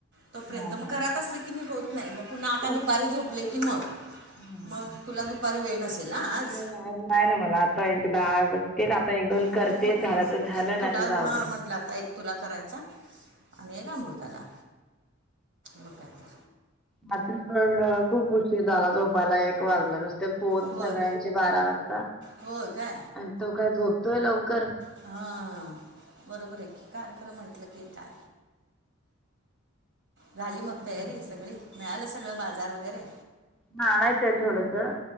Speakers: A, on the right; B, in the centre.
A: तोपर्यंत
B: हा
A: मग
B: हा
A: घरात असलं की मी होत नाही मग पुन्हा आत्ता
B: तेच
A: दुपारी झोपले की मग.
B: नाही
A: मग तुला दुपारी वेळ नसेल ना आज?
B: ना नाही ना मला आता एक दहा तेच आता एक दोन
A: म्हणून
B: करते
A: मी म्हटलं.
B: झालं तर झालं
A: एक तुला
B: नाही तर जाऊ
A: हा
B: दे.
A: म्हण आपला आता एक तुला करायचा आणि एक अमृताला. मग काय तर.
B: रात्री पण खूप उशीर झाला झोपायला एक वाजला न ते फोन
A: होय
B: सगळ्यांचे बारा वाजता
A: होय काय
B: आणि तो काय झोपतोय लवकर.
A: हा बरोबर आहे की कार्यक्रम म्हंटला की काय, झाली मग
B: नाही.
A: तयारी सगळी मिळालं सगळ बाजार वगैरे?
B: हा आणायचं आहे थोडंसं